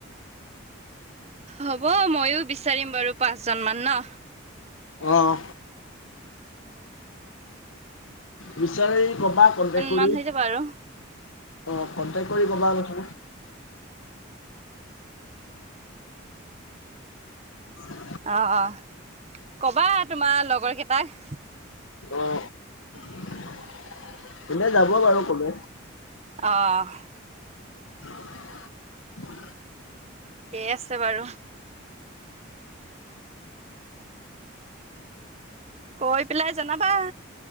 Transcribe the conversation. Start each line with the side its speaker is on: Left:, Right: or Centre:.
Right: হ'ব ময়ো বিচাৰিম বাৰু পাঁচ জন মান ন?
Left: অহ।
Right: উম।
Left: বিচাৰি কবা কণ্টেকট কৰি,
Right: মান হৈ যাব আৰু
Left: অ' কন্টেক কৰি কবা অলপ চলপ। <unintelligible>
Right: অ', অ', কবা তোমাৰ লগৰ কেইটাক।
Left: অ', সিহিন্তে কোলে যাব বাৰু কলে।
Right: অহ।
Left: <unintelligible>
Right: ঠিকেই আছে বাৰু। কৈ পেলাই জনাবা।